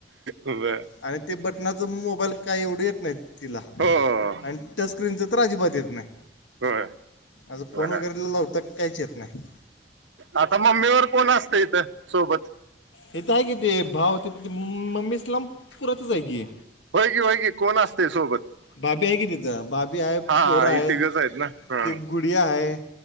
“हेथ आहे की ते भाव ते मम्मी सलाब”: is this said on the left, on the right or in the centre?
Left